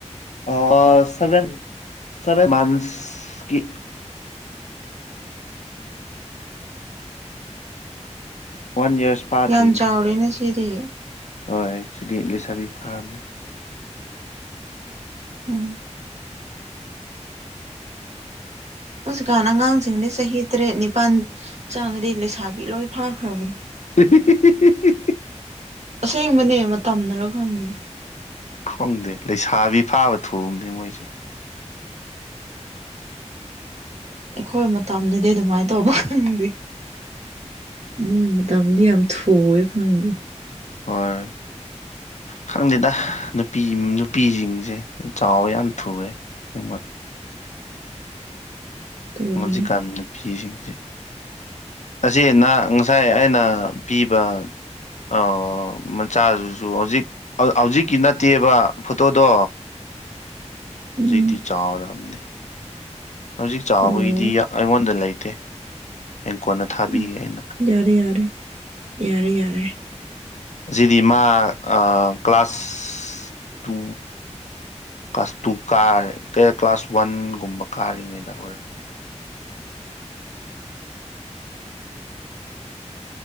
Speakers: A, on the left; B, on the right.
A: ꯑꯥ ꯁꯕꯦꯟ ꯁꯕꯦꯟ ꯃꯟꯁꯀꯤ꯫ One years. ꯐꯥꯗ꯭ꯔꯤꯕꯅꯦ
B: ꯌꯥꯝ ꯆꯥꯎꯔꯦꯅ ꯁꯤꯗꯤ꯫
A: ꯍꯣꯏ ꯁꯤꯗꯤ ꯂꯩꯁꯥꯕꯤ ꯐꯥꯒ꯭ꯔꯦ꯫
B: ꯎꯝ ꯍꯧꯖꯤꯛꯀꯥꯟ ꯑꯉꯥꯡꯁꯤꯡꯗꯤ ꯆꯍꯤ ꯇꯔꯦꯠ ꯅꯤꯄꯥꯜ ꯆꯪꯉꯗꯤ ꯂꯩꯁꯥꯕꯤ ꯂꯣꯏ ꯐꯥꯈ꯭ꯔꯕꯅꯤ꯫
A: <unintelligible>
B: ꯑꯁꯦꯡꯕꯅꯦ ꯃꯇꯝꯅꯔ ꯈꯪꯗꯦ꯫
A: ꯈꯪꯗꯦ ꯂꯩꯁꯥꯕꯤ ꯐꯥꯕ ꯊꯨꯕꯅꯦ ꯃꯣꯏꯁꯦ꯫
B: ꯑꯩꯈꯣꯏ ꯃꯇꯝꯗꯗꯤ ꯑꯗꯨꯃꯥꯏ ꯇꯧꯕ ꯈꯪꯗꯦ ꯃꯣꯏ ꯃꯠ ꯇꯝꯗꯤ ꯌꯥꯝ ꯊꯨꯋꯦ ꯈꯪꯗꯦ <inaudible>
A: ꯍꯣꯏ ꯈꯪꯗꯦꯗ ꯅꯨꯄꯤ ꯅꯨꯄꯤꯖꯤꯡꯖꯦ ꯆꯥꯎꯋꯦ ꯌꯥꯝ ꯊꯨꯋꯦ ꯁꯦꯡꯕ
B: ꯇꯧꯕꯅꯦ
A: ꯍꯧꯖꯤꯛꯀꯥꯟ ꯅꯨꯄꯤꯁꯤꯡꯖꯦ ꯑꯁꯤ ꯅ ꯉꯁꯥꯏ ꯑꯩꯅ ꯄꯤꯕ ꯑꯣ ꯃꯆꯥꯗꯨꯁꯨ ꯍꯧꯖꯤꯛ ꯍꯧꯖꯤꯛꯀꯤ ꯅꯠꯇꯦꯕ ꯐꯣꯇꯣꯗꯣ
B: ꯎꯝ
A: ꯍꯨꯖꯤꯛꯇꯤ ꯆꯥꯎꯔꯝꯅꯦ ꯍꯧꯖꯤꯛ ꯆꯥꯎꯕꯒꯤꯗꯤ
B: ꯑꯣ
A: ꯌꯥ ꯑꯩꯉꯣꯟꯗ ꯂꯩꯇꯦ ꯍꯌꯦꯡ ꯀꯣꯟꯅ ꯊꯥꯕꯤꯒꯦ
B: ꯎꯝ
A: ꯑꯩꯅ
B: ꯌꯥꯔꯦ ꯌꯥꯔꯦ ꯌꯥꯔꯦ ꯌꯥꯔꯦ
A: ꯑꯁꯤꯗꯤ ꯃꯥ ꯑꯥ ꯀ꯭ꯂꯥꯁ ꯇꯨ ꯀ꯭ꯂꯥꯁ ꯇꯨ ꯀꯥꯔꯦ ꯀꯦ ꯀ꯭ꯂꯥꯁ ꯋꯥꯟꯒꯨꯝꯕ ꯀꯥꯔꯤꯉꯩꯗ ꯑꯣꯏꯔꯝ
B: <inaudible>